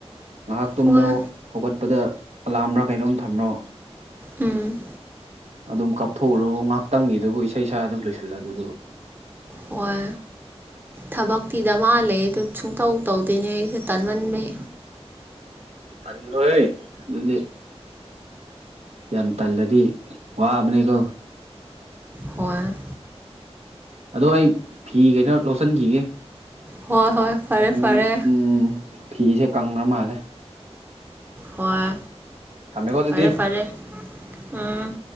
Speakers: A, on the right; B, on the right.
A: ꯉꯥꯏꯍꯥꯛ ꯇꯨꯝꯃꯣ
B: ꯍꯣꯏ
A: ꯍꯧꯒꯠꯄꯗ ꯑꯂꯥꯝꯔꯥ ꯀꯩꯅꯣꯝ ꯊꯝꯔꯣ
B: ꯎꯝ
A: ꯑꯗꯨꯝ ꯀꯞꯊꯣꯛꯎꯔꯣ ꯉꯍꯥꯛꯇꯪꯒꯤꯗꯨꯕꯨ ꯏꯁꯩ ꯁꯛꯑꯥ ꯑꯗꯨꯝ ꯂꯣꯏꯁꯤꯜꯂ ꯑꯗꯨꯗꯨꯕꯨ
B: ꯍꯣꯏ ꯊꯕꯛꯇꯤ ꯗꯃꯥ ꯂꯩꯌꯦ ꯑꯗꯨ ꯁꯨꯡꯇꯧ ꯇꯧꯗꯦꯅꯦ ꯑꯩꯁꯨ ꯇꯟꯃꯟꯕꯩ
A: ꯀꯔꯤꯅꯣꯍꯦ ꯑꯗꯨꯗꯤ ꯌꯥꯝ ꯇꯜꯂꯗꯤ ꯋꯥꯕꯅꯦꯀꯣ
B: ꯍꯣꯏ
A: ꯑꯗꯣ ꯑꯩ ꯐꯤ ꯀꯩꯅꯣ ꯂꯣꯠꯁꯤꯟꯈꯤꯒꯦ
B: ꯍꯣꯏ ꯍꯣꯏ ꯐꯔꯦ
A: ꯅꯣꯡ
B: ꯐꯔꯦ
A: ꯎꯝ ꯐꯤꯁꯦ ꯀꯪꯔ ꯃꯥꯜꯂꯦ
B: ꯍꯣꯏ
A: ꯊꯝꯃꯦꯀꯣ ꯑꯗꯨꯗꯤ
B: ꯐꯔꯦ ꯐꯔꯦ ꯎꯝ